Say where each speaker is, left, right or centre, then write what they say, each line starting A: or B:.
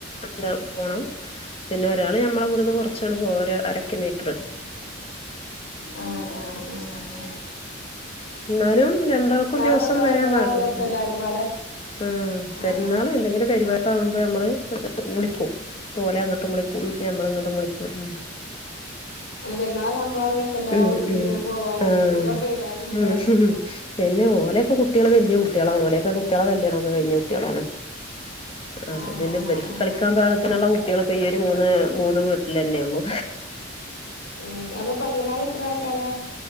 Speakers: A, on the left; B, on the left.
A: എന്താ പോണം പിന്നെ ഒരാള് ഞമ്മളെ ഇവിടുന്ന്
B: ആഹ്
A: കുറച്ചാണ്ട് പോരാ ഒരു അരക്ക മീറ്ററ്
B: ആഹ് ആഹ് ആഹ് ആ
A: എന്നാലും രണ്ടാൾക്കും ദിവസം
B: ഇതൊക്കെ ആവുമ്പോളാണ്
A: വരാൻ പാഗും
B: രസം
A: മം
B: എല്ലാരും പാടെ
A: പേ
B: ആഹ്
A: പെരുന്നാളും എന്തെങ്കിലും പരുവാടിക്ക ആവുമ്പോ നമ്മള് വിളി പോലെ അങ്ങോട്ടും വിളിക്കും ഞമ്മളങ്ങോട്ടും വിളിക്കും ഉം
B: അങ്ങെ പെരുന്നാൾ കാ ആമ്പോ ആഹ് രസംല്ലാം
A: ഉം ഉം
B: വീട്ട കൂടി
A: ഉം
B: ഇങ്ങനെ പോവാന്
A: ആഹ്
B: കുറവ എല്ലാരും ഉണ്ടാവും
A: ഉം
B: പിന്നെ
A: പിന്നെ ഓലൊക്കെ കുട്ടികള് വലിയ കുട്ടികളാണ് ഓലെയൊക്കെ കുട്ടികളെ കല്യണം ഒക്കെ കഴിഞ്ഞ കുട്ടികളാണ് അപ്പൊ
B: ആഹ്
A: പിന്നെ
B: ആഹ്
A: ഇബൽക്ക്
B: ആഹ്
A: കളിക്കാൻ ഭാഗത്തിനുള്ള കുട്ടികളപ്പോ ഈ ഒരു മൂന്ന് മൂന്ന് വീട്ടിൽ തന്നെള്ളു
B: ഉം അപ്പൊ പെങ്ങമാര് എത്ര ആൾക്കാരാ